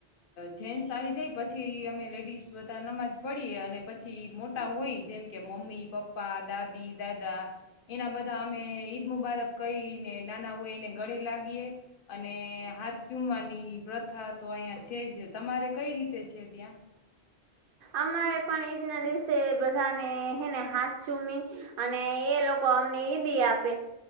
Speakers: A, on the left (about 60°); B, on the right (about 60°).
A: જેન્ટસ આવી જાય પછી અમે લેડીઝ બધા નમાજ પડીએ અને પછી મોટા હોય જેમ કે મમ્મી, પપ્પા, દાદી, દાદા એના બધા અમે ઈદ મુબારક કઈને નાના હોય એને ગળે લાગીએ અને હાથ ચુમવાની પ્રથા તો અહિયાં છે જ. તમારે કઈ રીતે છે ત્યાં?
B: અમારે પણ ઈદના દિવસે બધાને હેને હાથ ચૂમી અને એ લોકો અમને ઈદી આપે